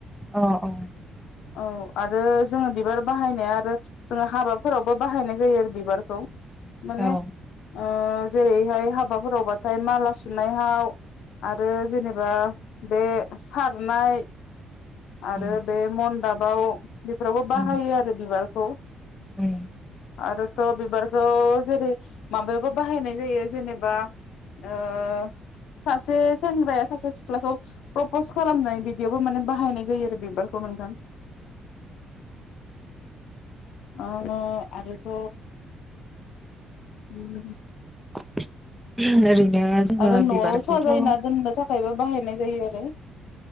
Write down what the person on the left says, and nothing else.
औ आरो जोङो बिबार बाहायनाया औआरो जोङो हाबाफोरावबो बाहायनाय जायो आरो बिबारखौ। माने
ओ जेरैहाय हाबाफोरावबाथाय माला सुनायहाव आरो जेनेबा बे सारनाय आरो
बे मन्दाबाव बेफोरावबो
बाहायो आरो बिबारखौ।
आरो थ' बिबारखौ जेरै माबायावबो बाहायनाय जायो जेनेबा ओ <unintelligible> सासे सेंग्राया सासे सिख्लाखौ प्रपस खालामनाय बिदियावबो माने बाहायनाय जायो। बे बिबारखौ नोंथां। अ अ आरोथ' उम
आरो न'आव
साजायना
दोननो थाखायबो बाहायनाय जायो आरो।